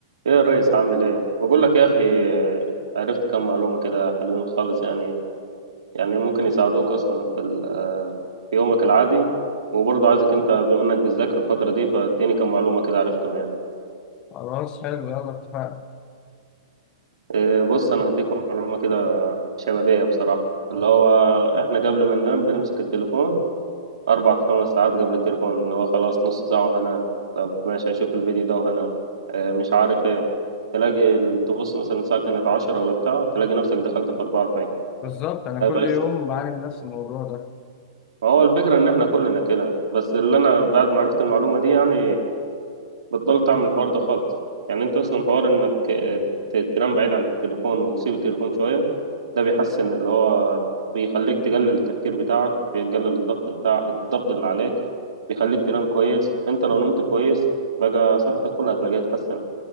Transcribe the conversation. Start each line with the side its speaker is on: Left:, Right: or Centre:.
Right: ايه يا ريس عامل ايه بقول لك يا اخي عرفت كم معلومة كده حلوين خالص يعني يعني ممكن يساعدوك اصلا في ال- آه، في يومك العادي وبرضه عايزك انت بما انك بتذاكر الفترة دي فاديني كم معلومة كده عرفتهم يعني
Left: خلاص حلو يلا اتفقنا
Right: إيه، بص انا هديك معلومة كده شبابية بصراحة اللي هو احنا قبل ما ننام بنمسك التليفون اربع خمس ساعات قبل التليفون اللي هو خلاص نص ساعة وهنام طب ماشي هشوف الفيديو ده وهنام إيه، مش عارف ايه تلاقي ال- تبص مثلا الساعة كانت عشرة ولا بتاع تلاقي نفسك دخلت في أربعة طيب
Left: بالظبط انا كل
Right: بس
Left: يوم بعاني من نفس الموضوع ده
Right: هو الفكرة إن إحنا كلنا كده بس اللي أنا بعد ما عرفت المعلومة دي يعني بطلت أعمل الحوار ده خالص يعني أنت أصلا حوار إنك آه، ت- تنام بعيد عن التليفون وتسيب التليفون شوية ده بيحسن اللي هو بيخليك تقلل التفكير بتاعك بيقلل الضغط بتاع الضغط اللي عليك بيخليك تنام كويس أنت لو نمت كويس بقى صحتك كلها هتلاقيها اتحسنت